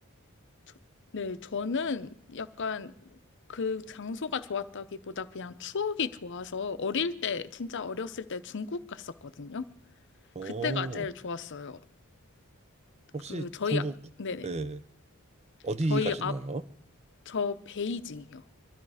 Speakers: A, on the left; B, on the right.
A: 저- 네, 저는 약간 그 장소가 좋았다기보다 그냥 추억이 좋아서 어릴 때, 진짜 어렸을 때 중국 갔었거든요.
B: 어,
A: 그때가 제일 좋았어요.
B: 혹시
A: 그 저희
B: 중국,
A: 아- 네네
B: 예, 어디
A: 저희
B: 가셨나요?
A: 앞저 베이징이요.